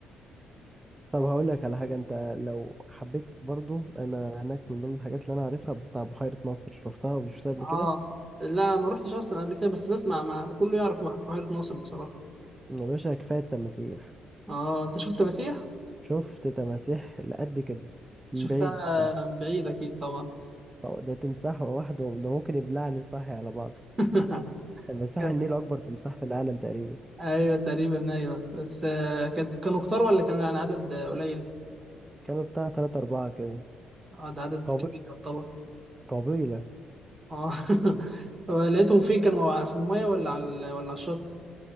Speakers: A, on the right (about 15°); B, on the right (about 30°).
A: طب هقول لك على حاجة انت لو حبيت برضو انا هناك من ضمن الحاجات اللي انا عارفها بتاع بحيرة ناصر رحتها ولا شفتها قبل
B: اه
A: كده
B: لا ما رحتش اصلا قبل كده بس بسمع مع كله يعرف مح- بحيرة ناصر بصراحة
A: يا باشا كفاية التماسيح
B: اه انت شفت مسيح
A: شفت تماسيح لقد كده
B: شفتها
A: من بعيد بصراحة
B: من بعيد اكيد طبعا
A: طب ده تمساح لوحده ده ممكن يبلعني صاحي على بعض
B: <laughs>
A: تمساح
B: كان
A: النيل أكبر تمساح في العالم تقريبا
B: ايوه تقريبا ايوه بس آه، كانت كانوا كتار ولا كان يعني عدد آه، قليل
A: كانوا بتاع تلاتة أربعة كده
B: اه ده عدد
A: قبي...
B: كبير يعتبر
A: قبيلة
B: اه <laughs> لقيتهم فين كانوا ع- في المية ولا على ال- ولا على الشط